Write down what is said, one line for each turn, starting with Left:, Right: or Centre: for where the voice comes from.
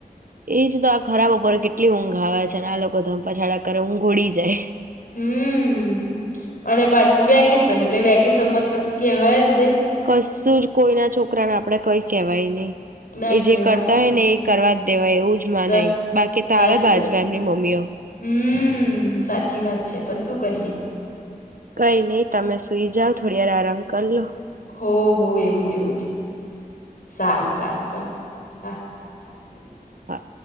Right: એજ તો આ ખરાબ ઉપર કેટલી ઊંઘ આવે છે અને આ લોકો ધંપાછાડા કરે ઊંઘ ઉળી જાય.
Left: હમ અને પાછું વેકેશન એટલે વેકેશન માં જ કશું કેવાય.
Right: કશું જ કોઈ ના છોકરા ને આપડે કઈ. કહેવાય નહીં.
Left: ના
Right: એ જે
Left: કહેવાય
Right: કરતા હોય ને એ કરવા. દેવાયું એવું જ માનાય
Left: કર
Right: બાકી તો
Left: સાચી
Right: આવે બાજવા
Left: વાત છે
Right: એમની મમ્મીઓ
Left: હમ સાચી વાત છે પણ શું કરીએ
Right: કઈ નઈ તમે સુઈ જાાવ થોડી વાર આરામ કર લો
Left: હો હો એવું જ એવું જ સારું સારું ચ હા
Right: હા.